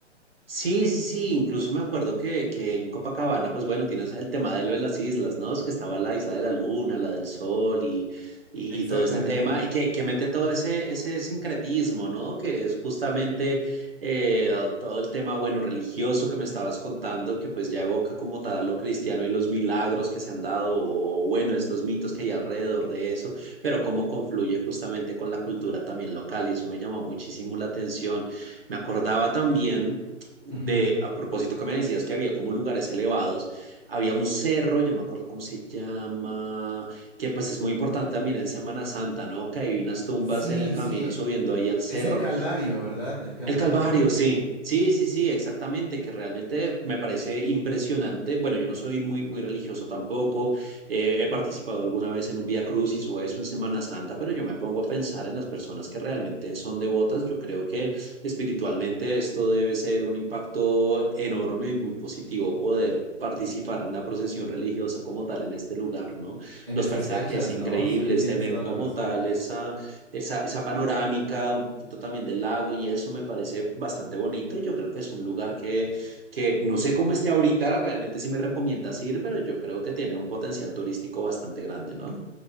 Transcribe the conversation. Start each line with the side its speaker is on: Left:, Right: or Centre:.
Right: Sí, sí, sí, incluso me acuerdo que, que en Copacabana, pues bueno, tienes el tema de lo de las islas, ¿no? Es que estaba la isla de la luna, la del sol y, y,
Centre: Exactamente.
Right: y todo este tema, y que, que mete todo ese, ese sincretismo, ¿no? Que es justamente eh, todo el tema, bueno, religioso que me estabas contando, que pues ya evoca como tal a lo cristiano y los milagros que se han dado, o bueno, estos mitos que hay alrededor de eso, pero cómo confluye justamente con la cultura también local, y eso me llamó muchísimo la atención. Me acordaba también de,
Centre: Ujú.
Right: a propósito que me decías que había como lugares elevados, había un cerro, yo no me acuerdo cómo se llama, que pues es muy importante también en Semana Santa, ¿no? Que hay unas tumbas
Centre: Sí,
Right: en el camino
Centre: sí,
Right: subiendo ahí al cerro
Centre: es el Calvario, ¿verdad? El Calvario,
Right: el Calvario,
Centre: creo.
Right: sí, sí, sí, sí, exactamente, que realmente me parece impresionante. Bueno, yo no soy muy, muy religioso tampoco, eh, he participado alguna vez en un Vía Crucis o eso en Semana Santa, pero yo me pongo a pensar en las personas que realmente son devotas. Yo creo que espiritualmente esto debe ser un impacto enorme y muy positivo poder participar en una procesión religiosa como tal en este lugar, ¿no?
Centre: En
Right: Los
Centre: esas
Right: paisajes
Centre: fechas,
Right: increíbles,
Centre: ¿no? Sí, tienes
Right: tener
Centre: toda la
Right: como
Centre: razón.
Right: tal esa esa, esa panorámica, un poquito también del lago y eso me parece bastante bonito y yo creo que es un lugar que, que no sé cómo esté ahorita, realmente sí me recomiendas ir, pero yo creo que tiene un potencial turístico bastante grande, ¿no?